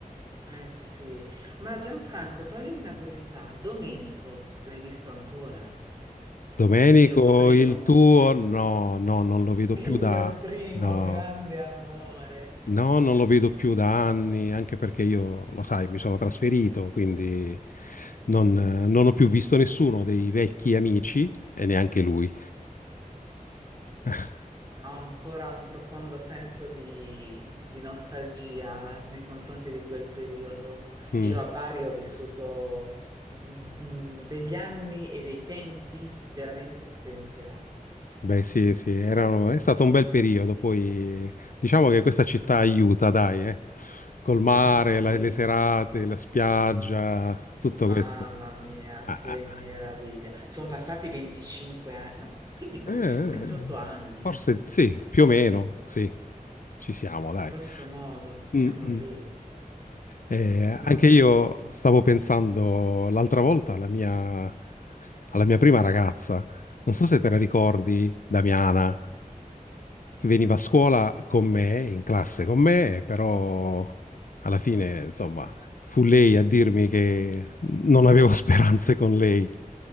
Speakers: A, on the right; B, on the left.
A: Eh sì, ma Gianfranco, toglimi una curiosità. Domenico, l'hai visto ancora?
B: Domenico,
A: Il mio primo,
B: il tuo? No, no, non lo vedo
A: il
B: più da...
A: mio primo
B: No.
A: grande amore.
B: No, non lo vedo più da anni, anche perché io, lo sai, mi sono trasferito, quindi non, eh, non ho più visto nessuno dei vecchi amici e neanche lui. <laughs>
A: Ho ancora un profondo senso di, di nostalgia nei confronti di quel periodo.
B: Mm,
A: Io a Bari ho vissuto mm, mm, degli anni e dei tempi s- veramente spensierati.
B: Beh, sì, sì, era- è stato un bel periodo. Poi diciamo che questa città aiuta, dai, eh. Col mare,
A: Eh sì,
B: la- le serate, la spiaggia, tutto
A: mamma
B: questo.
A: mia,
B: Ah,
A: che
B: ah, ah.
A: meraviglia. Sono passati 25 anni, no, che dico
B: Eh, eh,
A: 25? 28 anni,
B: forse sì, più o meno, sì, ci siamo, dai.
A: grosso modo, siamo
B: Mm, mm.
A: lì.
B: Eh,
A: Mamma
B: anche io
A: mia.
B: stavo pensando l'altra volta alla mia, alla mia prima ragazza, non so se te la ricordi, Damiana, che veniva a scuola con me, in classe con me, però alla fine, insomma, fu lei a dirmi che non avevo <laughs> speranze con lei.